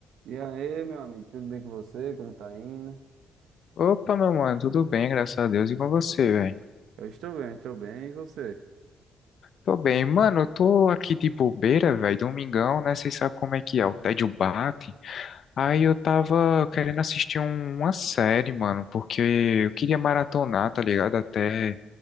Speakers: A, on the right (about 80°); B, on the left (about 60°).
A: E aí, meu amigo, tudo bem com você? Como tá indo?
B: Opa, meu mano, tudo bem, graças a Deus. E com você, velho?
A: Eu estou bem, estou bem. E você?
B: Tô bem. Mano, eu tô aqui de bobeira, velho, domingão, né? Vocês sabem como é que é, o tédio bate. Aí eu tava querendo assistir um- uma série, mano, porque eu queria maratonar, tá ligado? Até